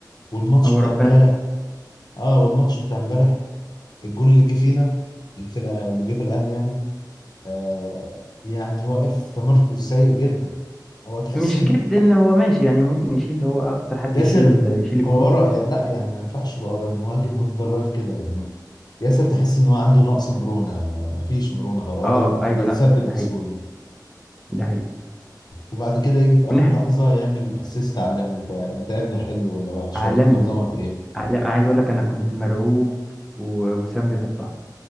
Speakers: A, on the left; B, in the centre.
A: والماتش
B: هو
A: بتاع
B: ربنا
A: امبارح اه والماتش بتاع امبارح الجون اللي جه فينا اللي في الأ- اللي جه في الاهلي يعني آه يعني واقف تمركز سيء جدا هو تحس
B: مش
A: ان
B: جدا هو ماشي يعني ممكن يشيل هو اكتر حد
A: ياسر
B: يشيل يشيل الجون
A: هو ورا يا- لا يعني ما ينفعش يبقى ورا المهاجم ويفضل واقف كده لانه ياسر تحس ان هو عنده نقص مرونه ما ما فيش مرونه خالص هو
B: اه ايوه
A: بيتثبت
B: لا ده
A: بسهوله
B: حقيقي ده حقيقي
A: وبعد كده يجي في اخر
B: والناحية
A: لحظه يعمل اسيست عالمي فانت يا ابني حلو ولا وحش
B: عالمي
A: ولا انت نظامك ايه؟
B: عالمي عايز اقول لك انا كنت مرعوب و- وسام بيحطها